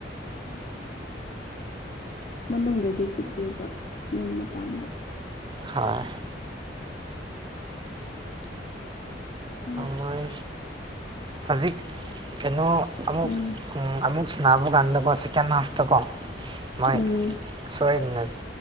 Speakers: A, on the left; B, on the right.
A: ꯎꯝ ꯎꯝ ꯃꯅꯨꯡꯗꯗꯤ ꯆꯤꯛꯑꯦꯕ ꯌꯨꯝ ꯃꯄꯥꯟꯗ
B: ꯍꯣꯏ
A: ꯎꯝ
B: ꯃꯣꯏ ꯍꯧꯖꯤꯛ ꯀꯩꯅꯣ ꯑꯃꯨꯛ
A: ꯎꯝ
B: ꯑꯃꯨꯛ ꯁꯥꯟꯅꯕ ꯀꯥꯟꯗꯀꯣ ꯁꯦꯀꯦꯟ ꯍꯥꯐꯇꯀꯣ ꯃꯣꯏ
A: ꯎꯝ
B: ꯁꯣꯏꯗꯅ